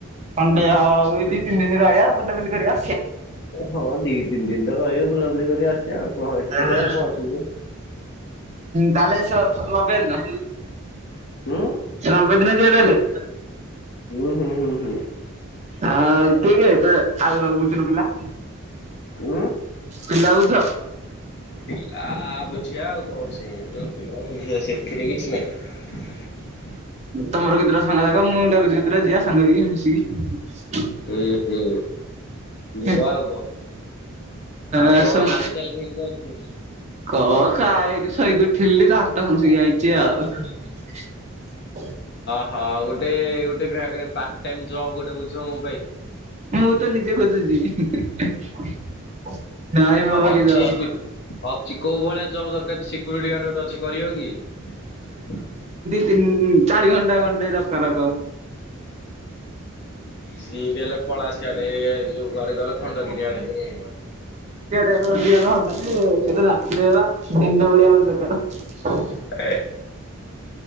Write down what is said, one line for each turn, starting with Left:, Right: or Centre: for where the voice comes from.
Right: ଖଣ୍ଡେ ଆଉ ଦୁଇ ତିନି ଦିନ ରହିବା ବୁଲାବୁଲି କରିବା।
Left: ହଁ ଦି ତିନି ଦିନଟା ରହିବେ ବୁଲାବୁଲି କରି ଆସିବା ଆଉ କଣ ଏଥିରେ
Right: ହଁ
Left: ଆଉ କଣ ଅଛି ଯେ
Right: କାଲି ସ ନବେ ଦିନ
Left: ହୁଁ
Right: ନବେ ଦିନ ଯିବା ତାହାହେଲେ
Left: ହୁଁ ହୁଁ ହୁଁ ହୁଁ
Right: ଆ କେ କେ ତ ଆଉ ଆଉ ବୁଝୁନ ପିଲା।
Left: ଓଁ
Right: ପିଲା ବୁଝ।
Left: ପିଲା ବୁଝିବା ଆଉ କଣ ସେ ଯୋଉ ପିଲା ବୁଝିବା ସେଥିରେ କିଛି ନାହିଁ ହ।
Right: ତମର କେତେଟା ସାଙ୍ଗ ସାାଗା ମୁଁ କେତେଟା ଯିବା ସାଙ୍ଗ ମିଶିକି
Left: ଓହୋ ଯିବା
Right: ହେଁ
Left: ଆଉ କଣ। ଆଉ
Right: ଏ
Left: କଣ
Right: ସମ୍
Left: ହାଲଚାଲ କେମିତି କଣ ଅଛି?
Right: କ ଖାଇନି ଶୋଇକି ଉଠିଲି ଦାନ୍ତ ଘସିକି ଆାଇ <unintelligible>
Left: ହଁ ଗୋଟେ ଗୋଟେ ଟ ଜବ ଗୋଟେ ବୁଝ ମୋ ପାଇଁ
Right: ମୁଁ ତ ନିଜେ <inaudible>
Left: ଅଛି ଏଇଠି ଅଛି କୋଉ ଭଳିଆ ଜବ ଦରକାର ସିକ୍ୟୁରିଟି ଗାର୍ଡ ଗୋଟେ ଅଛି କରିବ କି?
Right: ତିନ ଚାରି ଘଣ୍ଟା ଘଣ୍ଟା ଦକ୍କାର
Left: ସିଏବି ହେଲେ ପଳାଶିଆଡେ ଯୋଉଆଡେ ଗଲେ ଖଣ୍ଡଗିରି ଆଡେ।
Right: <inaudible>
Left: <inaudible>